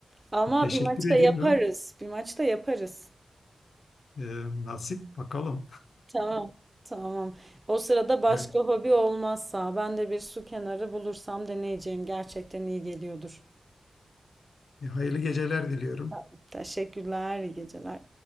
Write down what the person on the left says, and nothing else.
<laughs> Teşekkür
ediyorum.
Ee, nasip bakalım.
<laughs>
Hayırlı geceler diliyorum.